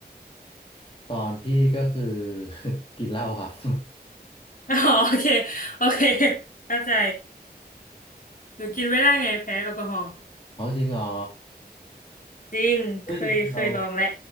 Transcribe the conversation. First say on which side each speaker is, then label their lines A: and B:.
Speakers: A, on the left; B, on the left.
A: ตอนพี่ก็คือ <laughs> กินเหล้าครับ <laughs>
B: <laughs> อ๋อโอเคโอเคเข้าใจหนูกินไม่ได้ไงแพ้แอลกอฮอล์
A: เอาจริงเหรอ
B: จริงเคยเคยลองแหล้ว
A: เฮ้ยจริงๆเรา